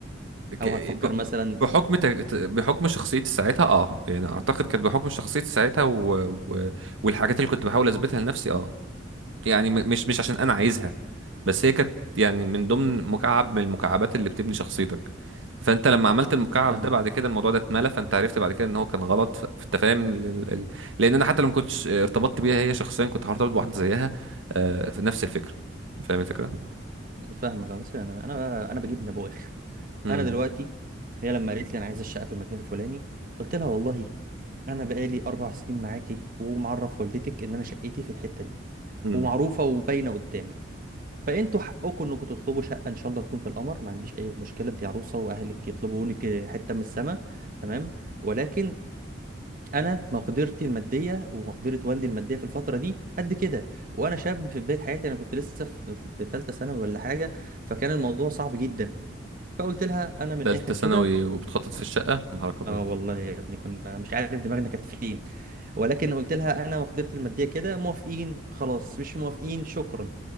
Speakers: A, on the right (about 80°); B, on the right (about 45°).
A: ك-
B: او هتفكر
A: ب-
B: مثلا
A: بحكم تج- بحكم شخصيتي ساعتها اه يعني اعتقد كانت بحكم شخصيتي ساعتها و... و... والحاجات اللي كنت بحاول اثبتها لنفسي اه يعني م- مش مش عشان انا عايزها بس هي كانت يعني من ضمن مكعب من المكعبات اللي بتبني شخصيتك فانت لما عملت المكعب
B: فاهمك
A: ده بعد كده الموضوع ده اتملى فانت عرفت بعد كده ان هو كان غلط ف- فانت فاهم ال- ال- ال- لان انا حتى لو ما كنتش ارتبطت بيها هي شخصيا كنت هرتبط بواحده زيها آه، في نفس الفكره فاهم الفكره
B: فاهمك اه بس انا انا انا بجيب من ابو اخر
A: امم
B: انا دلوقتي هي لما قالت لي انا عايزه الشقه في المكان الفلاني قلت لها والله انا بقالي اربع سنين معاكي ومعرف والدتك ان انا شقتي في الحته دي
A: امم
B: ومعروفه وباينه قدامك فانتوا حقكم انكم تطلبوا شقه ان شاء الله تكون في القمر ما عنديش اي مشكله انت عروسه واهلك يطلبوا لك حته من السماء تمام ولكن انا مقدرتي الماديه ومقدره والدي الماديه في الفتره دي قد كده وانا شاب في بدايه حياتي انا كنت لسه في في ثالثه ثانوي ولا حاجه فكان الموضوع صعب جدا فقلت لها انا من الاخر
A: ثالثه ثانوي
B: كده
A: وبتخطط في الشقه يا نهارك ابيض
B: اه والله يا ابني كنا مش عارف دماغنا كانت فين ولكن قلت لها انا وقدرتي الماديه كده موافقين خلاص مش موافقين شكرا